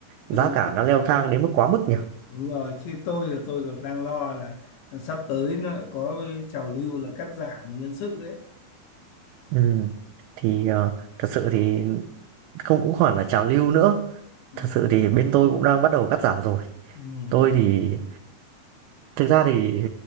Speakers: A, on the left; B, on the right.
A: chưa
B: giá cả
A: bị
B: nó leo thang đến mức quá mức nhỉ
A: đúng rồi chứ tôi là tôi còn đang lo là sắp tới nó lại có cái trào lưu là cắt giảm nhân sự ấy.
B: ừ. thì ờ, thật sự thì không cũng hẳn là trào lưu nữa
A: Ừ.
B: thật sự thì bên tôi cũng đang bắt đầu cắt giảm rồi
A: Ừ.
B: tôi thì Thực ra thì